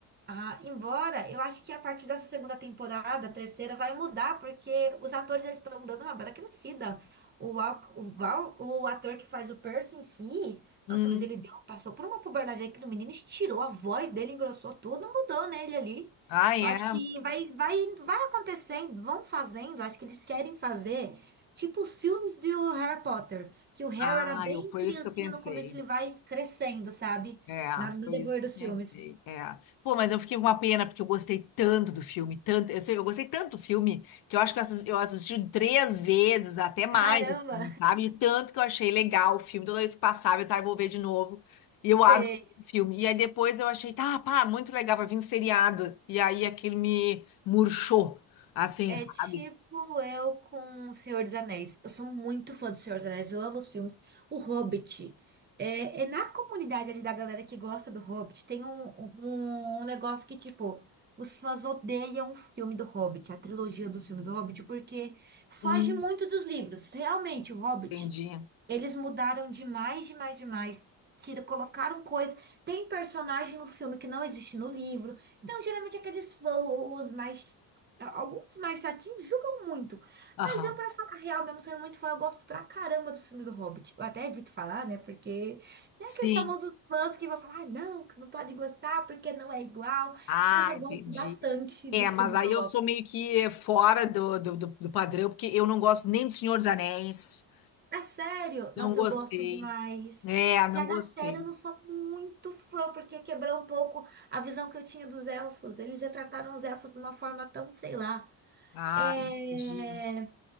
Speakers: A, on the right; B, on the left.
A: Ah, embora eu acho que a partir dessa segunda temporada, terceira, vai mudar, porque os atores eles estão dando uma bela crescida. O, Val, o, Val, o ator que faz o Percy em si,
B: Hum.
A: nossa, mas ele deu, passou por uma puberdade aí que o menino estirou a voz dele, engrossou tudo, mudou nele ali.
B: Ah, é.
A: Eu acho que vai, vai, vai acontecendo, vão fazendo, acho que eles querem fazer, tipo os filmes do Harry Potter, que o Harry
B: Ah,
A: era bem
B: eu, foi
A: criancinha
B: isso que eu pensei.
A: no começo, ele vai crescendo, sabe?
B: É,
A: Na- no
B: foi
A: decorrer
B: isso
A: dos
B: que eu pensei.
A: filmes.
B: É. Pô, mas eu fiquei com uma pena, porque eu gostei tanto do filme, tanto, eu sei, eu gostei tanto do filme, que eu acho que eu assisti, eu assisti três vezes, até mais,
A: Caramba!
B: assim, sabe? E tanto que eu achei legal o filme, toda vez que passava, eu disse, ah, eu vou ver de novo. E eu
A: Sei.
B: adoro o filme. E aí depois eu achei, tá, pá, muito legal, vai vir um seriado. E aí aquilo me murchou, assim,
A: É
B: sabe?
A: tipo eu com O Senhor dos Anéis. Eu sou muito fã do Senhor dos Anéis, eu amo os filmes. O Hobbit. É, é na comunidade ali da galera que gosta do Hobbit, tem um, um, um negócio que, tipo, os fãs odeiam o filme do Hobbit, a trilogia dos filmes do Hobbit, porque foge
B: Hum,
A: muito dos livros. Realmente, o Hobbit,
B: entendi.
A: eles mudaram demais, demais, demais. Tira- Colocaram coisa. Tem personagem no filme que não existe no livro. Então, geralmente, aqueles fãs, os mais Alguns mais chatinhos julgam muito.
B: Aham.
A: Mas eu, pra falar a real, mesmo sendo muito fã, eu gosto pra caramba dos filmes do Hobbit. Eu até evito falar, né? Porque
B: Sim.
A: é aqueles famosos fãs que vão falar, ah, não, que não pode gostar porque não é igual.
B: Ah,
A: Mas eu
B: entendi.
A: gosto bastante
B: É,
A: dos
B: mas
A: filmes
B: aí
A: do
B: eu
A: Hobbit.
B: sou meio que fora do, do, do, do padrão, porque eu não gosto nem do Senhor dos Anéis.
A: É sério?
B: Não
A: Nossa,
B: gostei.
A: eu gosto demais.
B: É,
A: Já
B: não
A: da
B: gostei.
A: série eu não sou muito fã, porque quebrou um pouco a visão que eu tinha dos elfos. Eles retrataram os elfos de uma forma tão, sei lá.
B: Ah,
A: É...
B: entendi.